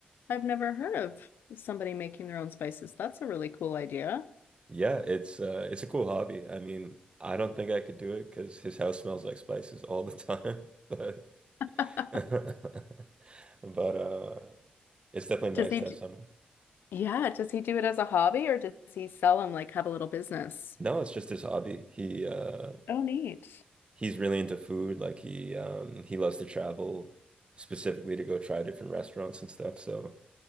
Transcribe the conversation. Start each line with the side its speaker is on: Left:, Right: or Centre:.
Left: I've never heard of somebody making their own spices. That's a really cool idea.
Right: Yeah, it's uh it's a cool hobby. I mean, I don't think I could do it because his house smells like spices all the time. <laughs> But
Left: <laughs>
Right: <laughs> but uh it's definitely
Left: Does
Right: nice
Left: he,
Right: to
Left: d-
Right: have someone.
Left: yeah, does he do it as a hobby or does he sell and like have a little business?
Right: No, it's just his hobby. He uh
Left: Oh, neat.
Right: he's really into food. Like he um he loves to travel specifically to go try different restaurants and stuff. So